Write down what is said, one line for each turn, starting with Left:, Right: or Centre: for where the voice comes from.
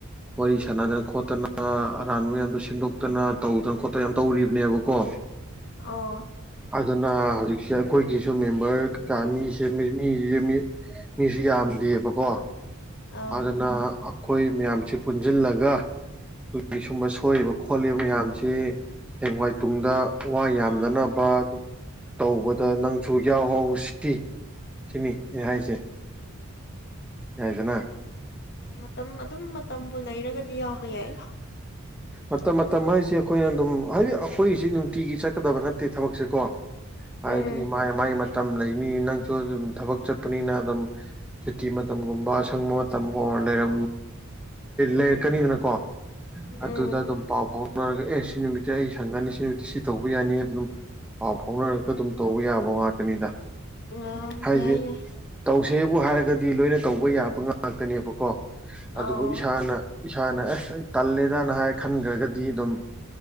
Centre: ꯋꯥꯔꯤ ꯁꯥꯟꯅꯗꯅ ꯈꯣꯠꯇꯅ ꯑꯔꯥꯟꯕ ꯃꯌꯥꯝꯗꯣ ꯁꯦꯝꯗꯣꯛꯇꯅ ꯇꯧꯗꯅ ꯈꯣꯠꯇꯅ ꯌꯥꯝ ꯇꯧꯔꯤꯕꯅꯦꯕꯀꯣ꯫
Left: ꯑꯣ
Centre: ꯑꯗꯨꯅ ꯍꯧꯖꯤꯛꯁꯦ ꯑꯩꯈꯣꯏꯒꯤꯁꯨ ꯃꯦꯝꯕꯔ ꯀꯩꯀꯥ ꯃꯤ ꯃꯤ ꯃꯤꯁꯨ ꯌꯥꯝꯗꯦꯕꯀꯣ
Left: ꯑꯥ
Centre: ꯑꯗꯨꯅ ꯑꯩꯈꯣꯏ ꯃꯌꯥꯝꯁꯤ ꯄꯨꯟꯁꯤꯜꯂꯒ ꯑꯩꯈꯣꯏꯒꯤ ꯁꯨꯝꯕ ꯁꯣꯏꯕ ꯈꯣꯠꯂꯤꯕ ꯃꯌꯥꯝꯁꯤ ꯍꯦꯡꯋꯥꯏ ꯇꯨꯡꯗ ꯋꯥ ꯌꯥꯝꯗꯅꯕ ꯑꯗꯨ ꯇꯧꯕꯗ ꯅꯪꯁꯨ ꯌꯥꯎꯍꯥꯎ ꯁꯤ ꯁꯤꯅꯤ ꯑꯩꯅ ꯍꯥꯏꯁꯩ ꯌꯥꯏꯗꯅ
Left: ꯃꯇꯝ ꯑꯗꯨꯝ ꯃꯇꯝꯕꯨ ꯂꯩꯔꯒꯗꯤ ꯌꯥꯎꯕ ꯌꯥꯏ
Centre: ꯃꯇꯝ ꯃꯇꯝ ꯍꯥꯏꯁꯤ ꯑꯩꯈꯣꯏꯅ ꯑꯗꯨꯝ ꯍꯥꯏꯗꯤ ꯑꯩꯈꯣꯏꯒꯤꯁꯤ ꯅꯨꯡꯇꯤꯒꯤ ꯆꯠꯀꯗꯕ ꯅꯠꯇꯦ ꯊꯕꯛꯁꯦ ꯀꯣ ꯍꯥꯏꯗꯤ
Left: ꯎꯝ
Centre: ꯃꯥꯏ- ꯃꯥꯏ ꯃꯇꯝ ꯂꯩꯅꯤ ꯅꯪꯁꯨ ꯑꯗꯨꯝ ꯊꯕꯛ ꯆꯠꯄꯅꯤꯅ ꯑꯗꯨꯝ ꯁꯨꯇꯤ ꯃꯇꯝꯒꯨꯝꯕ ꯑꯁꯪꯕ ꯃꯇꯝ ꯑꯣꯔ ꯂꯩꯔ ꯂꯩꯔꯛꯀꯅꯤꯗꯅꯀꯣ ꯑꯗꯨꯗ
Left: ꯎꯝ
Centre: ꯑꯗꯨꯝ ꯄꯥꯎ ꯐꯥꯎꯅꯔꯒ ꯑꯦ ꯁꯤ ꯅꯨꯃꯤꯠꯇꯤ ꯑꯩ ꯁꯪꯒꯅꯤ ꯁꯤ ꯅꯨꯃꯤꯠꯇꯤ ꯁꯤ ꯇꯧꯕ ꯌꯥꯅꯤ ꯑꯗꯨꯝ ꯄꯥꯎ ꯐꯥꯎꯅꯔꯒ ꯑꯗꯨꯝ ꯇꯧꯕ ꯌꯥꯕ ꯉꯥꯛꯇꯅꯤꯗ꯫
Left: ꯑꯥ
Centre: ꯍꯥꯏꯁꯦ
Left: ꯌꯥꯏ ꯌꯥꯏ꯫
Centre: ꯇꯧꯁꯦꯕꯨ ꯍꯥꯏꯔꯒꯗꯤ ꯂꯣꯏꯅ ꯇꯧꯕ ꯌꯥꯕ ꯉꯥꯛꯇꯅꯦꯕꯀꯣ ꯑꯗꯨꯕꯨ
Left: ꯑꯥꯎ
Centre: ꯏꯁꯥꯅ ꯏꯁꯥꯅ ꯑꯦ ꯇꯜꯂꯦꯗꯅ ꯍꯥꯏ ꯈꯟꯈ꯭ꯔꯒꯗꯤ ꯑꯗꯨꯝ